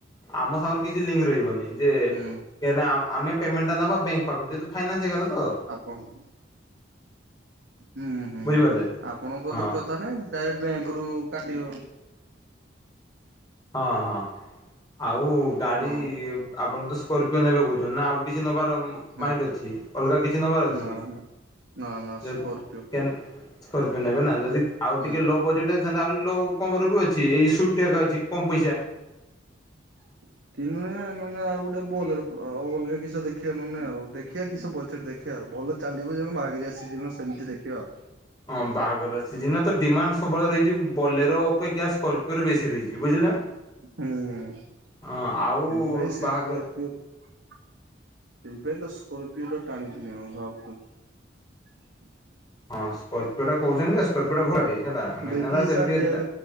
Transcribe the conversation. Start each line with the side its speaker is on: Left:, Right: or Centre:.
Left: ଆମ ସାଙ୍ଗରେ କିଛି ଲିଙ୍କ ରହିବନି ଯେ
Right: ହୁଁ।
Left: କେ ଆ ଆମେ ପେମେଣ୍ଟ ଟା ନେବା ବ୍ୟାଙ୍କ ପାଖରୁ ଯେହେତୁ ଫାଇନାନ୍ସ ହେଇଗଲା ତ
Right: ଆପଣ ହୁଁ ହୁଁ
Left: ବୁଝିପାରିଲେ।
Right: ଆପଣଙ୍କ
Left: ହଁ
Right: ତର କଥା ନାଇଁ ଡାଇରେଟ ବ୍ୟାଙ୍କ ରୁ କାଟିବ।
Left: ହଁ ହଁ। ଆଉ ଗାଡି
Right: ହଁ
Left: ଆପଣ ତ ସ୍କର୍ପିଓ ନେବେ କହୁଛନ୍ତି ନା ଆଉ କିଛି ନବାରମ
Right: ହୁଁ
Left: ମାଇଣ୍ଡ ଅଛି ଅଲଗା କିଛି ନବାର ଅଛି
Right: ନା
Left: କି?
Right: ନା। ନା ନା
Left: ଯଦି
Right: ସ୍କର୍ପିଓ
Left: କେନ ସ୍କର୍ପିଓ ନେବେ ନା ଯଦି ଆଉ
Right: ହୁଁ
Left: ଟିକେ ଲୋ ବଜେଟରେ ଥାନ୍ତା ଆଉରି ଲୋ କମରେ ବି ଅଛି ଏଇ ସୁଇଫ୍ଟ ଆକା ଅଛି କମ ପଇସା।
Right: <inaudible> ତି ନହେଲେ ନହେଲେ ଆଉ ଗୋଟେ ବୋଲେରୋ ଆଉ ଅଲଗା କିଛିଟା ଦେଖିବା ନହେଲେ ଆଉ ଦେଖିବା କି ବଜେଟ ଦେଖ ଦେଖିବା ଆଉ ଭଲ ଚାଲିବ ଯେଉ ବାହାଘିରିଆ ସିଜିନର ସେମିତି ଦେଖିବା ଆଉ।
Left: ହଁ ବାହାଘର ସିଜିନ ତ ଡିମାଣ୍ଡ ସବୁବେଳେ ରହିଛି ବୋଲେର ଅପେକ୍ଷା ସ୍କର୍ପିଓରେ ବେଶୀ ରହିଛି ବୁଝିଲ।
Right: ହୁଁ
Left: ହଁ ଆଉ
Right: ସେଇଥିପାଇଁ ସେ
Left: ବାହାଘର
Right: <inaudible> ସେଥିପାଇଁ ତ ସ୍କୋର୍ପିଓର ଟା ଟାଣିକି ନେବ ଭାବୁଥଲି
Left: ହଁ ସ୍କର୍ପିଓ ଟା କହୁଛନ୍ତି ସ୍କର୍ପିଓ ଟା ଘଟି ହେଲା। ମେନ୍
Right: ଦେଇକି
Left: ହେଲା ସେଇଟା
Right: ସାର୍
Left: ଟିକେ
Right: କେବେ